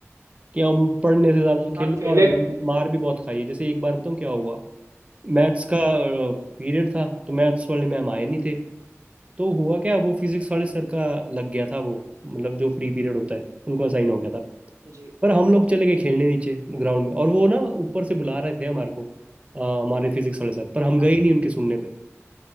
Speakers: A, on the right; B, on the right.
A: कि हम पढ़ने से ज़्यादा तो खेले
B: आप खेले
A: हैं और हमने मार भी बहुत खाई है जैसे एक बार बताऊँ क्या हुआ मैथ्स
B: हम्म,
A: का पीरियड था तो मैथ्स वाले मैम आए नहीं थे तो हुआ क्या वो फिजिक्स वाले
B: हाँ
A: सर का लग गया था वो मतलब जो फ्री पीरियड होता है उनको असाइन हो गया था
B: जी
A: पर हम लोग चले गए खेलने नीचे ग्राउंड में और वो ना ऊपर से बुला रहे थे हमारे को अ, हमारे फिजिक्स वाले सर पर हम
B: हाँ
A: गए नहीं उनके सुनने पे